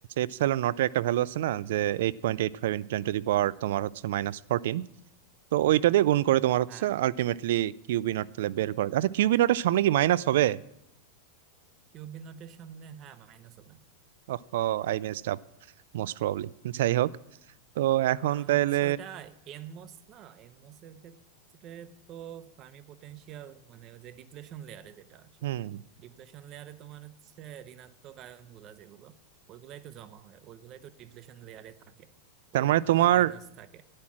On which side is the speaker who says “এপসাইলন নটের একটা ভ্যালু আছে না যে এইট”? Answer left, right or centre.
Right